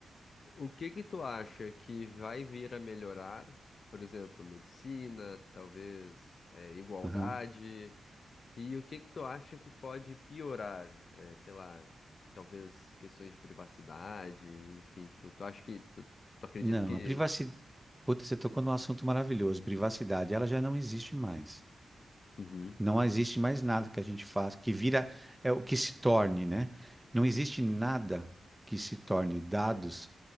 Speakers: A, on the left; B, in the centre.
A: o que que tu acha que vai vir a melhorar? Por exemplo, medicina, talvez, é, igualdade.
B: aham.
A: E o que que tu acha que pode piorar? É, sei lá, talvez questões de privacidade, enfim. Tu, tu acha que... Tu, tu acredita
B: Não,
A: que...
B: a privacidade. Puta, você tocou num assunto maravilhoso. Privacidade, ela já não existe mais.
A: Uhum.
B: Não existe mais nada que a gente faça, que vira, é o que se torne, né? Não existe nada que se torne dados